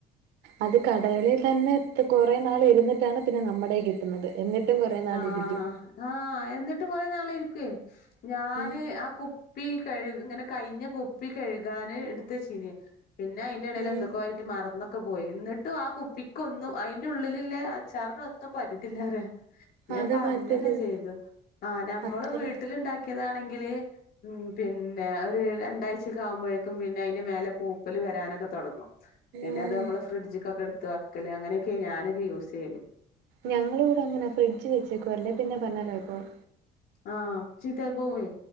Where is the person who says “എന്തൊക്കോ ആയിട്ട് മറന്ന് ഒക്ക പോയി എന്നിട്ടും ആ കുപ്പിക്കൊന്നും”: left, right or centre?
Left